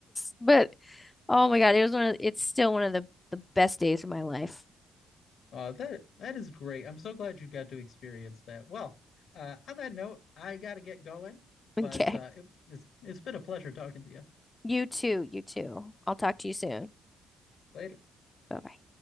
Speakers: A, on the left; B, on the left.
A: <laughs> But
B: <laughs>
A: oh my God, it was one of it's still one of the the best days of my life. <laughs>
B: Uh, that that is great. I'm so glad you got to experience that. Well, uh, on that note, I got to get going,
A: Okay.
B: but uh, it, it's it's been a pleasure talking to you.
A: You too, you too. I'll talk to you soon.
B: Later.
A: Bye-bye.